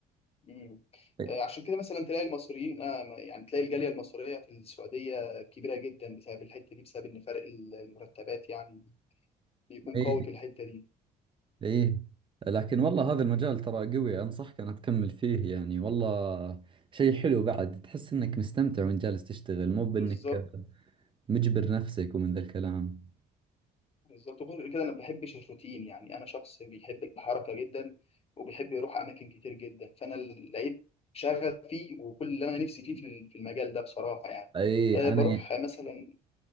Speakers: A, on the left; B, on the right.
A: مم.
B: اي
A: آه، عشان كده مثلا تلاقي المصريين آه ما- يعني تلاقي الجالية المصرية في السعودية كبيرة جدا بسبب الحتة دي بسبب إن فرق ال- المرتبات يعني بيكون
B: اي
A: قوي في الحتة دي
B: اي لكن والله هذا المجال ترى قوي انصحك انا تكمل فيه يعني والله شيء حلو بعد تحس انك مستمتع وانت جالس تشتغل مو بانك
A: بالظبط
B: مجبر نفسك ومن ذا الكلام
A: بالظبط وغير كده أنا ما بحبش الروتين يعني أنا شخص بيحب الحركة جدا وبيحب يروح أماكن كتير جدا فأنا لقيت شغف فيه وكل اللي أنا نفسي فيه في ال- في المجال ده بصراحة يعني
B: اي
A: آه
B: انا
A: بروح مثلا